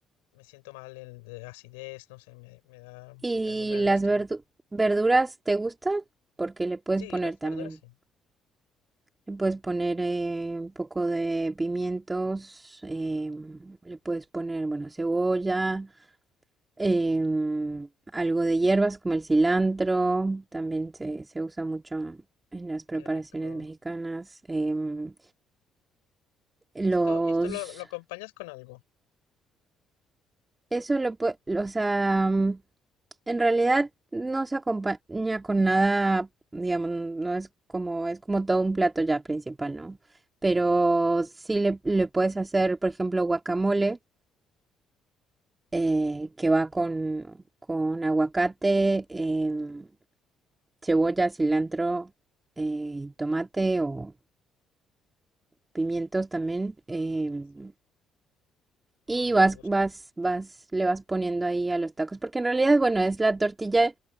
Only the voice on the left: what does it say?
me siento mal el, de acidez, no sé, me, me da,
me cae muy mal el
estómago.
Sí,
las
verduras sí.
Qué rico.
Y
esto, y esto lo, lo acompañas con algo.
Sí.
A mí me
gusta.